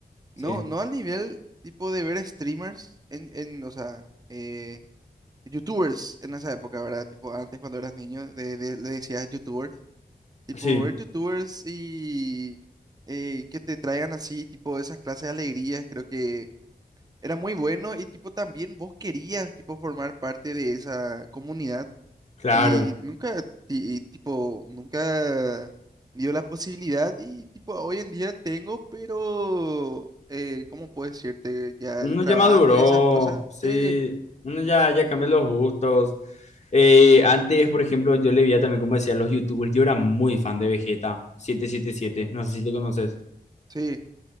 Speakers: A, on the right; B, on the left.
A: No,
B: sí,
A: no al nivel tipo de ver streamers en, en o sea... eh, youtubers en esa época, ¿verdad? Tipo, antes cuando eras niño, de- de- le decías youtubers. Tipo,
B: Sí,
A: ver youtubers y eh, que te traigan así, tipo, esas clases de alegrías, creo que era muy bueno y tipo, también vos querías, tipo, formar parte de esa comunidad
B: claro.
A: y nunca, ti- y, tipo, nunca dio la posibilidad y tipo, hoy en día tengo, pero, eh, ¿cómo puedo decirte? Ya
B: Uno
A: el trabajo
B: ya maduró,
A: y esas cosas,
B: sí,
A: sí,
B: uno ya, ya cambió los gustos. Eh, antes, por ejemplo, yo le veía también, como decía, los YouTubers. Yo era muy fan de Vegeta siete siete siete no sé si lo conoces.
A: sí.